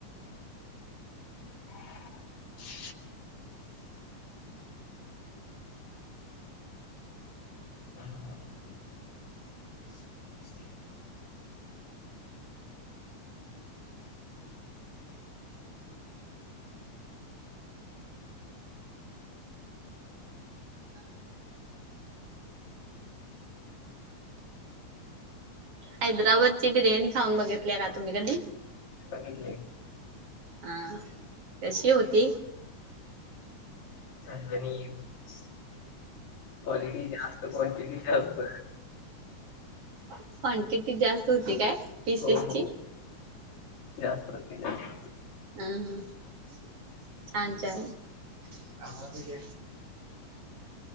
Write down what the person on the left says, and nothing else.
<inaudible> <inaudible> हा.
बघितले.
झणझणीत. क्वालिटी जास्त, क्वांटिटी जास्त.
हो हो जास्त राहते जास्त